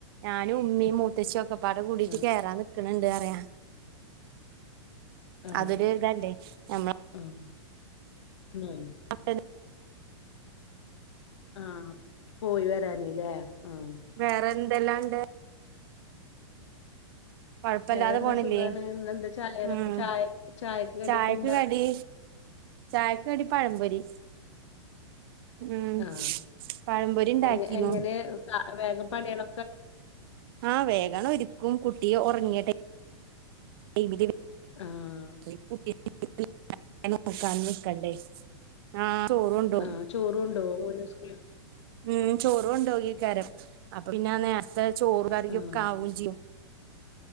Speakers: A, on the right; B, on the left.
A: ഞാനും ഉമ്മയും മൂത്തച്ചിയും ഒക്കെ പാട കൂടിട്ട്
B: ആഹ്
A: കേറാ നി ക്ക്ണണ്ട് പറയാ.
B: ആഹ്
A: അതൊരു ഇതല്ലേ ഞമ്മളെ
B: ഉം ആണ്
A: <unintelligible>
B: ആ പോയി വരാന് ലേ. ആഹ്
A: വേറെ എന്തെല്ലാ ഇണ്ട് കൊഴപ്പല്ലാതെ
B: വേറെന്താ
A: പോണില്ലേ.
B: സുഖാണ് ഇന്നെന്താ ചായയുടെ
A: മം
B: ചായ കടിയൊക്കെ
A: ചായക്ക്
B: എന്താ
A: കടി ചായക്ക് കടി പഴമ്പൊരി മ്മ്
B: ആഹ്
A: പഴംപൊരി ഇണ്ടാക്കിന്നു
B: എങ്ങ എങ്ങനെ വേഗം പണിയള
A: ആ വേഗണം ഒരിക്കും കുട്ടി ഉറങ്ങ്യ ടൈമിൽ <inaudible>
B: ആഹാ
A: <unintelligible> നോക്കാനും നിക്കണ്ടേ. ആഹ് ചോർ കൊണ്ടോവും
B: ആഹ് ചോറ് കൊണ്ടൊവോ മോൻ ഉസ്കൂളിക്ക്
A: ഉം ചോറ് കൊണ്ടോകികാരം. അപ്പൊ പിന്നെ നേരത്തെ ചോറ് കറി
B: ആഹ്
A: ഒക്കെ ആവുംചെയ്യും